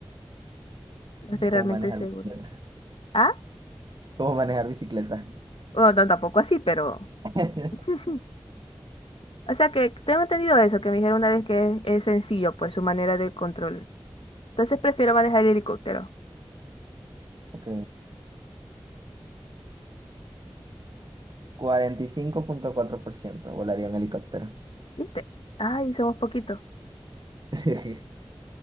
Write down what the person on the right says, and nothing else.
es
como manejar
bicicleta. <laughs>
Como manejar bicicleta.
<laughs>
Ok. cuarenta y cinco punto cuatro por ciento volaría un helicóptero.
<laughs>